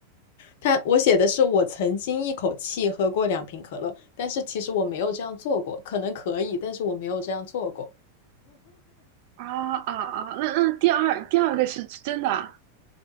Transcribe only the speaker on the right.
啊啊啊！那那第二第二个是真的啊，